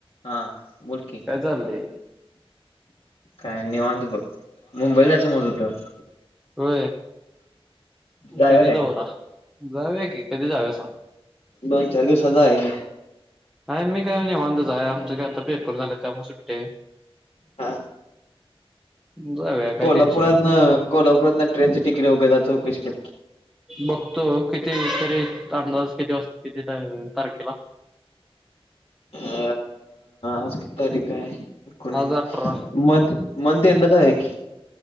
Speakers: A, on the left; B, in the centre.
A: हा बोल की
B: काय चाललंय
A: काय निवतू बघ मुंबईला जायचं मत होत
B: हो
A: जायला
B: कधी
A: काय?
B: दौरा जावे की कधी जावे सग
A: दोन चार दिवसाचा आहे की
B: नाही मी काय नाहीवतच आहे आमचं काय आता पेपकरर झालं त्यामुळे सुट्टते
A: आ
B: जाऊया काय
A: कोल्हापुरात
B: टेन्शन नाही
A: ना कोल्हापुरात ना ट्रेनचं तिकीट वगैरे जा चौकशी
B: बघतो किती तरी अंदाज किती वाजतो किती तारखेला
A: अ आज तारीख आहे एकोणीस
B: आज अठरा
A: मध मणथ एंडाच आहे की